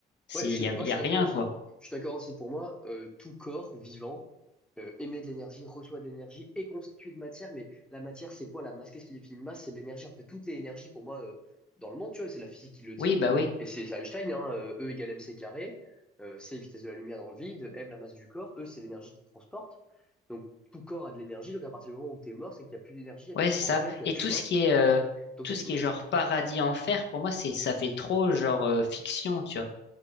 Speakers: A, on the left; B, in the centre.
A: c'est,
B: Ouais, je
A: il y
B: suis-
A: a,
B: moi
A: il
B: je
A: y
B: suis
A: a
B: d'accord
A: rien,
B: aussi.
A: quoi.
B: Je suis d'accord aussi. Pour moi, euh, tout corps vivant euh, émet de l'énergie, reçoit de l'énergie, est constitué de matière. Mais la matière, c'est quoi la masse? Qu'est-ce qui définit une masse? C'est de l'énergie. En fait, tout est énergie pour moi euh, dans le monde. Tu vois, et c'est la physique qui le dit.
A: Oui, bah oui.
B: Et c'est c'est Einstein, hein, euh, E égale mc carré. Euh, c vitesse de la lumière dans le vide. M la masse du corps. E c'est l'énergie qui transporte. Donc tout corps a de l'énergie. Donc à partir du moment où tu es mort, c'est qu'il n'y a plus d'énergie, il n'y
A: Ouais,
B: a plus de
A: c'est
B: transfert,
A: ça.
B: il n'y a
A: Et
B: plus
A: tout
B: rien.
A: ce qui est euh,
B: Donc
A: tout
B: c'est
A: ce
B: fini.
A: qui est genre paradis enfer, pour moi, c'est ça fait trop genre euh, fiction, tu vois.